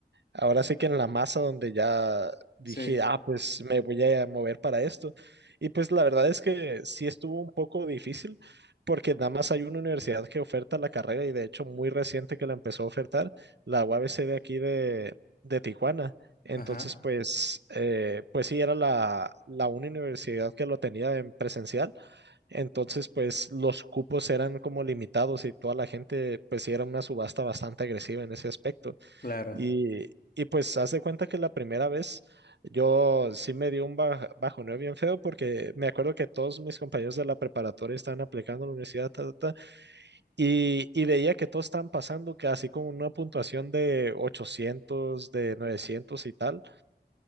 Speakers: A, on the right; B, on the left.
A: Ahora sí que en la masa donde ya dije,
B: Sí.
A: ah, pues me voy a mover para esto. Y pues la verdad es que sí estuvo un poco difícil porque nada más hay una universidad que oferta la carrera y de hecho muy reciente que la empezó a ofertar, la UABC de aquí de, de Tijuana. Entonces,
B: Ajá.
A: pues, eh, pues sí, era la, la única universidad que lo tenía en presencial. Entonces, pues los cupos eran como limitados y toda la gente, pues sí, era una subasta bastante agresiva en ese aspecto.
B: Claro,
A: Y, y pues haz de cuenta que la primera vez yo sí me dio un bajo bajoneo bien feo porque me acuerdo que todos mis compañeros de la preparatoria estaban aplicando a la universidad ta, ta, ta, y, y veía que todos estaban pasando casi con una puntuación de 800 de 900 y tal.